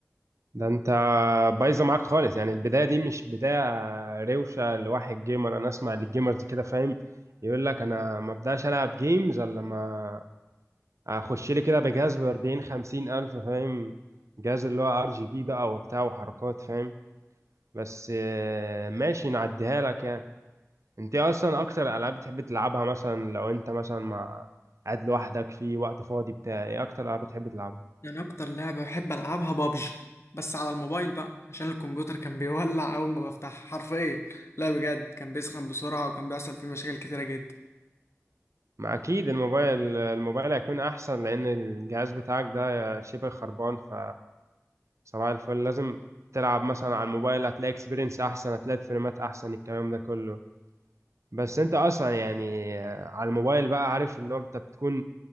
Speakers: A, on the right; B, on the left.
A: ده انت بايظه معاك خالص يعني البدايه دي مش بدايه روشه لواحد جيمر انا اسمع للجيمرز كده فاهم يقول لك انا ما ابداش العب جيمز الا لما اخش لي كده بجهاز ب 40 50 الف فاهم جهاز اللي هو ار جي بي بقى وبتاع وحركات فاهم بس آه، ماشي نعديها لك يعني انت ايه اصلا اكتر العاب بتحب تلعبها مثلا لو انت مثلا مع قاعد لوحدك في وقت فاضي بتاع ايه اكتر العاب بتحب تلعبها
B: يعني اكتر لعبه بحب العبها بابجي بس على الموبايل بقى عشان الكمبيوتر كان بيولع اول ما بفتح حرفيا لا بجد كان بيسخن بسرعه وكان بيحصل فيه مشاكل كتيره جدا
A: ما اكيد الموبايل الموبايل هيكون احسن لان الجهاز بتاعك ده شبه خربان ف صباح الفل لازم تلعب مثلا على الموبايل هتلاقي اكسبيرينس احسن هتلاقي فريمات احسن الكلام ده كله بس انت اصلا يعني على الموبايل بقى عارف اللي هو انت بتكون